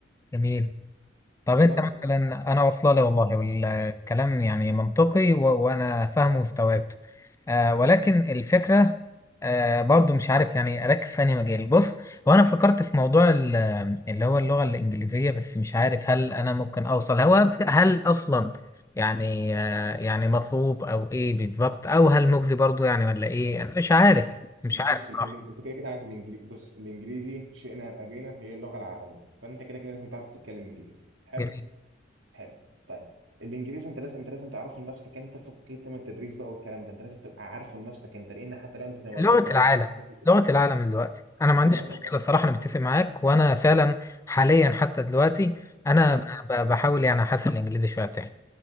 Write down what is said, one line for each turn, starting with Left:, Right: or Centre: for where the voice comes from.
Left: جميل. طب
Right: وصلك
Left: انت مثلا انا واصله لي والله والكلام يعني منطقي و... وانا فاهمه واستوعبته آه ولكن الفكره آه برضو مش عارف يعني اركز في انهي مجال بص هو انا فكرت في موضوع ال- اللي هو اللغه الانجليزيه بس مش عارف هل انا ممكن اوصل هو هل اصلا يعني آه يعني مطلوب او ايه بالظبط او هل مجزي برضو يعني ولا ايه انا مش عارف مش
Right: بص
Left: عارف
Right: ال-
Left: صراحه
Right: ال- انت كده كده عايز الانجليزي بص الانجليزي شئنا ام ابينا هي اللغه العالميه فانت كده كده لازم تعرف تتكلم انجليزي حلو
Left: جميل
Right: حلو طيب الانجليزي انت لازم انت لازم تعرفه لنفسك انت فوق كده من التدريس بقى والكلام ده انت لازم تبقى عارفه لنفسك انت لان حتى لو انت زي ما قلت
Left: لغة
Right: لي انت مهتم
Left: العالم
Right: بالمجال
Left: لغة العالم دلوقتي أنا ما
Right: بالظبط
Left: عنديش مشكلة
Right: انت
Left: الصراحة أنا متفق معاك وأنا فعلا حاليا حتى دلوقتي أنا
Right: امم
Left: ب- ب- بحاول يعني أحسن الإنجليزي شوية بتاعي